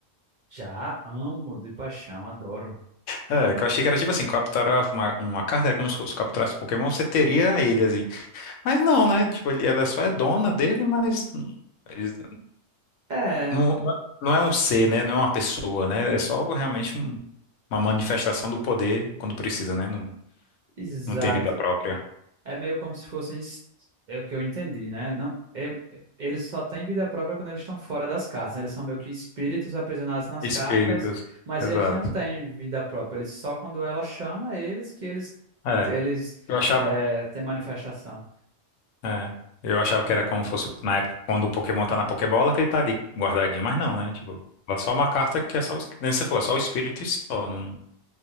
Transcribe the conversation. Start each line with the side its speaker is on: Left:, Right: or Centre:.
Right: Já amo de paixão, adoro.
Left: É, que eu achei que era tipo assim, capturar uma, uma carta, era como se fosse capturasse um Pokémon, você teria ele, assim. Mas não, né? Tipo, ele, ela só é dona dele, mas hum, eles-
Right: É.
Left: não, não é não é um ser, né? Não é uma pessoa, né? É só realmente um- uma manifestação do poder quando precisa, né? Não,
Right: Exato.
Left: não tem vida própria.
Right: É meio como se fossem, s- é o que eu entendi, né? Não, é- é- eles só têm vida própria quando eles estão fora das cartas, né? Eles são meio que espíritos aprisionados nas
Left: Espíritos.
Right: cartas, mas
Left: Exato.
Right: eles não têm vida própria. Eles só quando ela chama eles que eles
Left: É.
Right: eles
Left: Eu achava,
Right: é, têm manifestação.
Left: é, eu achava que era como fosse na época quando o Pokémon tá na Pokébola, que ele tá ali guardadinho, mas não, né? Tipo, é só uma carta que é só, o es- nem você falou, é só o espírito e só, não,